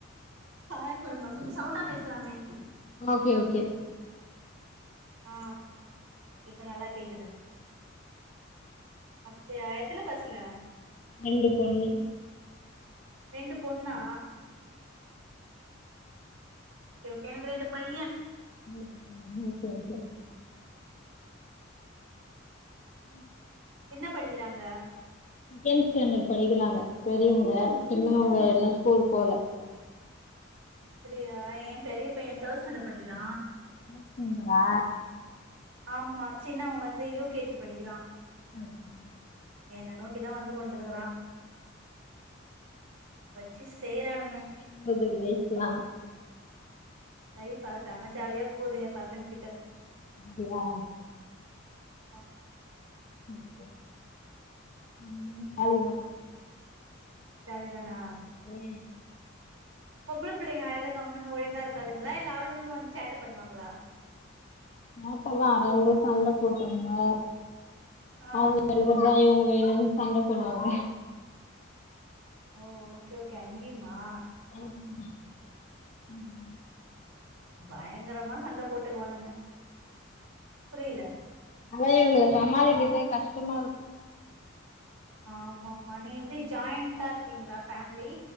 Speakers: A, on the right; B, on the left.
A: காரக்கொழம்பா கொஞ்சோ சவுண்டா பேசலாமே
B: ஓகே ஓகே
A: ஆ இப்ப நல்லா கேக்குது அப்டியா எத்தன பசங்க
B: ரெண்டு பொண்ணு
A: ரெண்டு பொண்ணா ஓகே ஓகே எனக்கு ரெண்டு பையே
B: இம்னி காணி என்ன வறுத்து வருது ம்
A: என்ன படிக்கிறாங்க
B: செகண்ட் ஸ்டாண்டர்ட் படிக்கிறாங்க பெரியவங்க சின்னவங்க இன்னு ஸ்கூல் போல
A: அப்டியா ஏ பெரியபையே தேர்ட் ஸ்டாண்டர்ட் படிக்கிறா
B: அனுப்புவீங்களா
A: ஆமா சின்னவ வந்து யூ கே ஜி படிக்கிறா
B: ஆ சேரி சேரி
A: என்ன நோக்கிதா வந்து கொண்டு இருக்குறா வச்சி செய்றானுங்க
B: எப்டி போது லைஃப்லா
A: லைஃப் ஆ செம ஜாலியா போது ஏ பசங்க கிட்ட
B: அப்டியா
A: ஆம்
B: ஓகே ம் ஜாலிதா
A: ஜாலி தானா
B: உம்
A: பொம்பளை புள்ளைங்க அழக கம்முனு ஒழுங்கா இருக்காளுங்களா இல்ல அவளுங்களு வந்து சேட்ட பண்ணுவாங்களா
B: <unintelligible> வா ரெண்டு சண்ட போட்டுக்கங்க
A: ஆ
B: அவ்ங்க எடுக்கறதுதா இவங்க வேணுனு சண்ட போடுவாங்க
A: ஓ ஓகே ஓகே அங்கயுமா
B: அமா ம்
A: பயங்கரமா சண்டை போட்டுக்குவானுங்க புரியல
B: அதா இவங்களை சமாளிக்கிறத கஷ்டமா இருக்கு
A: ஆமா ஆமா நீங்க எப்டி ஜாயிண்டா இருக்கீங்களா ஃபேமிலி